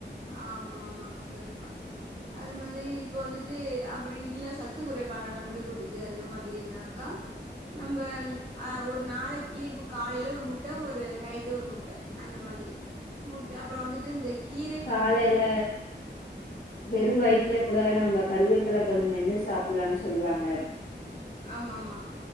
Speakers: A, on the right; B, on the left.
A: ஆமா ஆமா கண்டிப்பா அது மாதிரி இப்ப வந்துட்டு அப்டி இல்ல சத்து குறைபாடால முடி கொட்டுது அந்த மாதிரினாக்க நம்ப ஆஹ் ஒரு நாளைக்கு இப்ப காலைல ஒரு முட்ட ஒரு நைட்டு ஒரு முட்ட அந்த மாதிரி முட்ட பறோ வந்துட்டு இந்த கீ
B: காலைல வெறு வயித்ல கூட நம்ப கருவேப்பில கொஞ்சோ மென்னு சாப்பலான் சொல்வாங்க
A: ஆமா மா மா